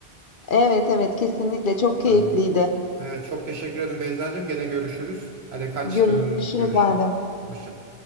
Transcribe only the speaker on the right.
Tamam. E, çok teşekkür ederim Beyzacığım. Gene görüşürüz. Hadi kaçtın.
Görüşürüz.
Hoşça kal.